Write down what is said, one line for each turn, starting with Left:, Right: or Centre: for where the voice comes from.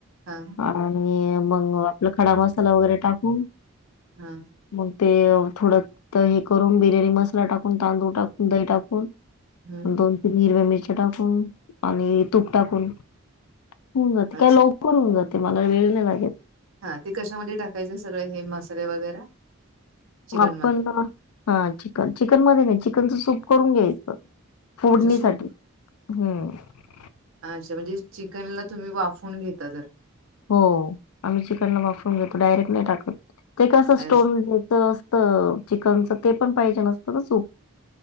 Right: हा
Left: आणि मग आपला खडा मसाला वगैरे टाकू
Right: हा
Left: मग ते थोडं हे करून बिर्याणी मसाला टाकून तांदूळ टाकून दही टाकून
Right: हम्म
Left: दोन तीन हिरव्या मिरच्या टाकून आणि तूप टाकून होऊन जाते
Right: अच्छा
Left: काय लवकर होऊन जाते मला वेळ नाही लागेल.
Right: हा ते कशामध्ये टाकायचं सगळे हे मसाले वगैरे चिकन
Left: आपण
Right: मध्ये
Left: हा चिकन चिकन मध्ये नाही चिकनच सूप करून घ्यायचं. फोडणीसाठी
Right: अच्छा सूप
Left: हम्म
Right: अच्छा म्हणजे चिकनला तुम्ही वाफून घेता तर
Left: हो आम्ही चिकनला वापरून घेतो डायरेक्ट नाही टाकून ते कसं स्टोन
Right: अच
Left: द्यायच चिकनच ते पण पाहिजे नसतं का सूप